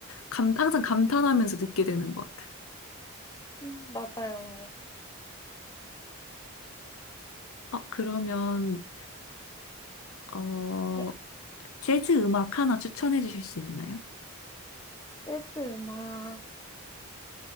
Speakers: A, on the left; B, on the left.
A: 감, 항상 감탄하면서 듣게 되는 것 같아요.
B: 음, 맞아요.
A: 어, 그러면, 어,
B: 네,
A: 재즈 음악 하나 추천해 주실 수 있나요?
B: 재즈 음악.